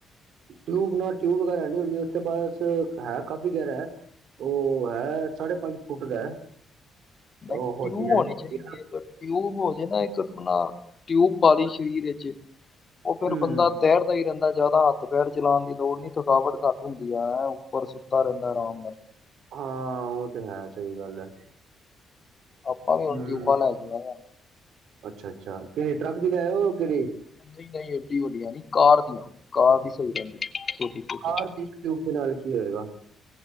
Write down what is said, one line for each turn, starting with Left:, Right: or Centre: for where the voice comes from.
Right: ਟਿਊਬ ਨਾਲ ਟਿਊਬ, ਵਗੈਰਾ ਨਹੀਂ ਹੁੰਦੀ, ਉੱਥੇ ਬਸ ਹੈ ਕਾਫੀ ਗਹਿਰਾ ਹੈ ਉਹ ਹੈ, ਸਾਢੇ ਪੰਜ ਫੁੱਟ ਦਾ।
Left: ਪਰ
Right: ਉਹ ਹੋਦੀ
Left: ਟਿਊਬ ਹੋਣੀ
Right: ਜਿਹੜੀ ਹੁੰਦੀ
Left: ਚਾਹੀਦੀ ਹੈ। ਟਿਊਬ ਹੋ ਜਾ ਨਾ, ਇੱਕ ਆਪਣਾ ਟਿਊਬ ਪਾ ਲਈ ਸਰੀਰ ਵਿੱਚ ਉਹ ਫੇਿਰ
Right: ਹੂੰ।
Left: ਬੰਦਾ ਤੈਰਦਾ ਹੀ ਰੈਂਦਾ ਜ਼ਿਆਦਾ ਹੱਥ ਪੈਰ ਚਲਾਣ ਦੀ ਲੋੜ ਨਹੀਂ ਥਕਾਵਟ ਘੱਟ ਹੁੰਦੀ ਹੈ ਉੱਪਰ। ਤਾ ਰੈਂਦਾ ਆਰਾਮ।
Right: ਹਾਂ ਉਹ ਤੇ ਹੈ ਸਹੀ ਗੱਲ ਹੈ।
Left: ਆਪਾਂ ਵੀ
Right: ਹੂੰ।
Left: ਹੁਣ ਟਿਊਬਾ ਲੈ ਲੀਆਂ ਆ।
Right: ਅੱਛਾ ਅੱਛਾ ਕੇੜੇ ਟਰੱਕ ਦੀ ਲਿਆਇਓ ਕੇੜੀ।
Left: ਨਹੀਂ ਨਹੀਂ ਐਡੀ ਵੱਡੀਆਂ ਨਹੀਂ ਕਾਰ ਦੀਆਂ ਕਾਰ ਦੀ ਸਹੀ ਰੈਂਦੀ ਛੋਟੀ। ਛੋਟੀ
Right: ਕਾਰ ਰ ਦੀ ਇਕੱਠੇ ਟਿਊਬ ਦੇ ਨਾਲ ਕੀ ਹੋਏਗਾ।